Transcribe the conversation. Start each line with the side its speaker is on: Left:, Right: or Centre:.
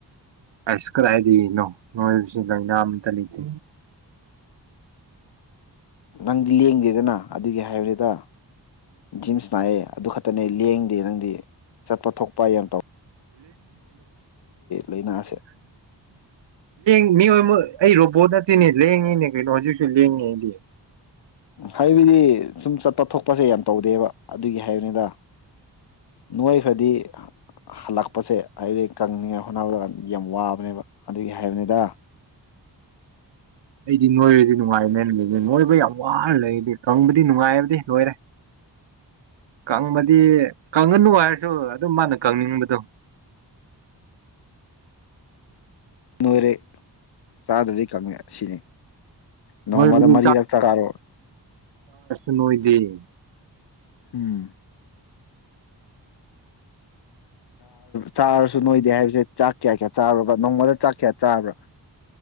Right: ꯑꯁ ꯀꯥꯏꯔꯥꯏꯗꯤꯅꯣ ꯅꯣꯏꯕꯁꯤ ꯂꯥꯏꯅꯥ ꯑꯃꯇ ꯂꯩꯇꯦ
Left: ꯅꯪꯗꯤ ꯂꯦꯡꯗꯦꯗꯅ ꯑꯗꯨꯒꯤ ꯍꯥꯏꯕꯅꯤꯗ ꯖꯤꯝ ꯁꯥꯅꯩꯌꯦ ꯑꯗꯨ ꯈꯛꯇꯅꯦ ꯂꯦꯡꯗꯦ ꯅꯪꯗꯤ ꯆꯠꯄ ꯊꯣꯛꯄ ꯌꯥꯝ ꯇꯧ
Right: <unintelligible>
Left: ꯂꯥꯏꯅꯥꯁꯦ
Right: <unintelligible> ꯃꯤ ꯑꯩ ꯔꯣꯕꯣꯠ ꯅꯠꯇꯦꯅꯦ ꯂꯦꯡꯉꯤꯅꯦ ꯀꯩꯅꯣ ꯍꯧꯖꯤꯛꯁꯨ ꯂꯦꯡꯉꯦ ꯑꯩꯗꯤ
Left: ꯍꯥꯏꯕꯗꯤ ꯁꯨꯝ ꯆꯠꯄ ꯊꯣꯛꯄꯁꯦ ꯌꯥꯝ ꯇꯧꯗꯦꯕ ꯑꯗꯨꯒꯤ ꯍꯥꯏꯕꯅꯤꯗ ꯅꯣꯏ ꯈꯔꯗꯤ ꯍꯜꯂꯛꯄꯁꯦ ꯍꯥꯏꯕꯗꯤ ꯀꯪꯅꯤꯡꯉꯥꯏ ꯍꯣꯠꯅꯕꯗ ꯌꯥꯝ ꯋꯥꯕꯅꯦꯕ ꯑꯗꯨꯒꯤ ꯍꯥꯏꯕꯅꯤꯗ
Right: ꯑꯩꯗꯤ ꯅꯣꯏꯔꯗꯤ ꯅꯨꯡꯉꯥꯏꯅꯦ <unintelligible> ꯅꯣꯏꯕ ꯌꯥꯝ ꯋꯥꯅ ꯂꯩꯗꯤ ꯀꯪꯕꯗꯤ ꯅꯨꯡꯉꯥꯏꯕꯗꯤ ꯂꯣꯏꯔꯦ ꯀꯪꯕꯗꯤ ꯀꯪꯉꯅꯨ ꯍꯥꯏꯔꯁꯨ ꯑꯗꯨꯝ ꯃꯥꯅ ꯀꯪꯅꯤꯡꯕꯗꯣ
Left: ꯅꯣꯏꯔꯦ ꯆꯥꯗ꯭ꯔꯕꯗꯤ ꯀꯪꯉꯦ ꯁꯤꯅꯤ ꯅꯣꯡꯃꯗ
Right: ꯅꯣꯏꯕꯨꯗꯤ
Left: ꯃꯔꯤꯔꯛ ꯆꯔꯣ
Right: ꯅꯣꯏꯗꯤ
Left: ꯎꯝ ꯆꯥꯔꯁꯨ ꯅꯣꯏꯗꯦ ꯍꯥꯏꯕꯁꯦ ꯆꯥꯛ ꯀꯌꯥ ꯀꯌꯥ ꯆꯥꯔꯕ ꯅꯣꯡꯃꯗ ꯆꯥꯛ ꯀꯌꯥ ꯆꯥꯕ꯭ꯔꯥ